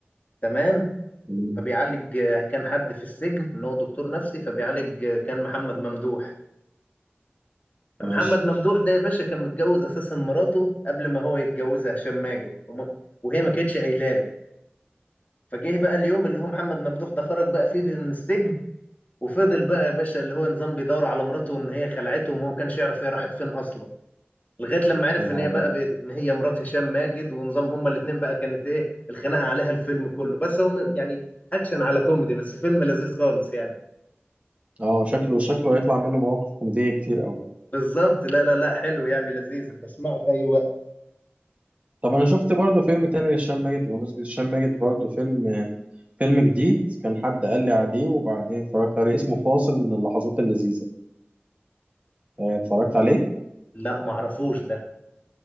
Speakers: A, on the left; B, on the right.
A: تمام
B: مم،
A: فبيعالج كان حد في السجن ان هو دكتور نفسي فبيعالج كان محمد ممدوح فمحمد
B: ماشي
A: ممدوح ده يا باشا كان متجوز اساسا مراته قبل ما هو يتجوزها هشام ماجد وم- وهي ما كانتش قايله له فجه بقى اليوم اللي هو محمد ممدوح ده خرج بقى فيه من السجن وفضل بقى يا باشا اللي هو نظام بيدور على مراته ان هي خلعته وما هو كانش يعرف هي راحت فين اصلا لغايه لما عرف
B: يا نهار
A: ان هي
B: ابيض
A: بقى بقت ان هي مرات هشام ماجد ونظام هما الاثنين بقى كانت ايه الخناقه عليها الفيلم كله بس هم يعني اكشن على كوميدي بس فيلم لذيذ خالص يعني
B: اه شكله شكله هيطلع منه مواقف كوميدية كتير قوي
A: بالظبط لا لا لا حلو يعني لذيذ بسمعه في اي وقت
B: طب انا شفت برضه فيلم تاني لهشام ماجد بمناسبة هشام ماجد برضه فيلم فيلم جديد كان حد قال لي عليه وبعدين اتفرجت عليه اسمه فاصل من اللحظات اللذيذة آه، اتفرجت عليه
A: لا ما اعرفوش ده